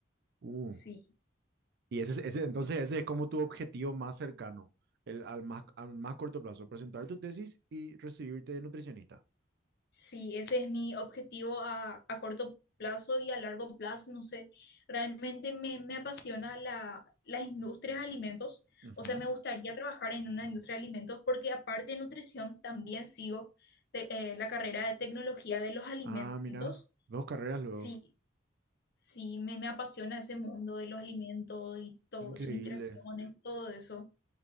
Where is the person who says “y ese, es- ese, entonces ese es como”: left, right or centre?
Right